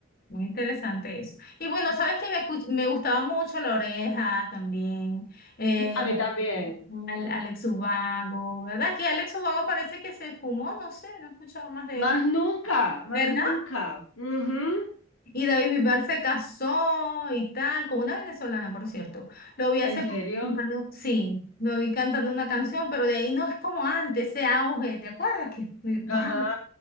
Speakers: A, on the left (about 45°); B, on the left (about 85°).
A: Muy interesante eso. Y bueno, sabes que me, escuch- me gustaba mucho La Oreja también, eh,
B: Sí, a mí también.
A: al- Alex Ubago, ¿verdad? Que Alex Ubago parece que se fumó, no sé, no he escuchado más de
B: Más
A: él,
B: nunca, más
A: ¿verdad?
B: nunca. Ujú.
A: Y David Bisbal se casó y tal, con una venezolana, por cierto. Lo vi hace
B: ¿En serio?
A: poco cantando, sí, lo vi cantando una canción, pero de ahí no es como antes, ese auge, ¿te acuerdas? Que, wow,
B: Ajá.